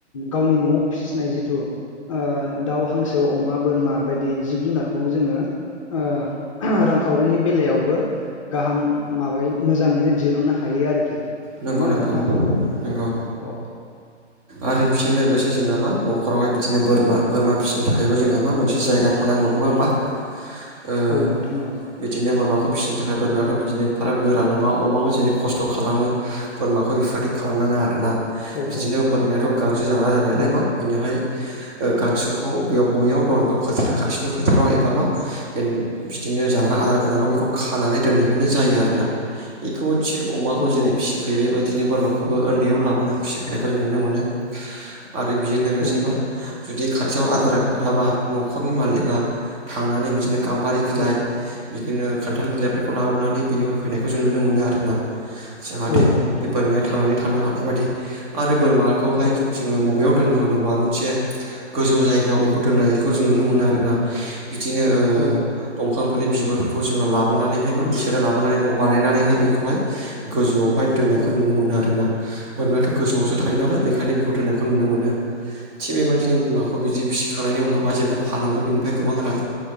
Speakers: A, on the left; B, on the right.
A: गावनि न'आव फिसिनाय जिथु ओ दाउ हांसो अमा बोरमा बायदि जिब जुनारखौ जोङो ओ रांखावरिनि बेलायावबो गाहाम माबाय मोजाङैनो दिरुननो हायो आरोखि। नङा
B: नंगौ
A: होमबा
B: नंगौ
A: नोंथां
B: नंगौ
A: औ।
B: आरो बिजों लोगोसे जोंहा मा नख'रावहाय बिदिनो बोरमा बोरमा फिसिनो थाखायबो जोंहा मा मोनसे जायगा खौ नांगोन नङा होमबा। ओ
A: औ नोंथां औ
B: बिदिनो बोरमाखौ फिसिनो थाखाय बोरमायाथ' बिदिनो एफाराब गोरा नङा। अमाखौ जेरै खस्थ' खालामो बोरमाखौ बेफोरबायदि खालामनाङा आरोना।
A: औ
B: बिदिनो बोरमायाथ' गांसो जाग्रा जानायलाय
A: औ
B: मा बेनिहाय ओ गांसोखौ बेयाव बबेयाव दं एबा फोथार खाथिनि फोथाराव एबा मा बे बिदिनो जाग्रा आदार गोनांआव बेखौ खानानै दोनहैबानो जायो आरोना। बेखौबोथि अमाखौ
A: औ
B: जेरै
A: औ
B: फिसि फेरै बायदिनो बोरमाखौबो उन्दैयावनो लाबोनानै फिसिफैनायखौ जों नुनो मोनो। आरो बेजों लोगोसे
A: औ नोंथां
B: मा जुदि खाथियाव आदार गैलाबा न'खरनि मालिका थांनानै बिदिनो गाम्बारि बिलाइ
A: औ
B: बिदिनो खान्थाल बिलाइफोरखौ लाबोनानै बिनि होफैनायखौ जों नुनो मोनो आरो ना। जाहाथे
A: औ औ नोंथां
B: बे बोरमाया
A: औ
B: थांनानै थानो हानाय बादि आरो बोरमाखौहाय
A: औ
B: जोङो मबेयाव दोनो होनोबा मोनसे गोजौ जायगायाव बेखौ दोननायखौ जों नुनो मोनो आरोना। बिदिनो ओ
A: औ
B: दंफांफोरनि बिगुरफोरखौ जोङो लाबोनानैहाय मा बिसोरो लाबोनानै न' बानायनानैहाय बेखौहाय गोजौआवहाय दोननायखौ
A: औ
B: नुनो मोनो आरोना। बोरमायाथ' गोजौआवसो थायो नालाय बेखायनो बेखौ दोननायखौ नुनो मोनो। थिग बेबायदिनो बोरमाखौ बिदि फिसिखांनायनि उनावहा जेब्ला फानहरो बेनिफ्राय गोबां रां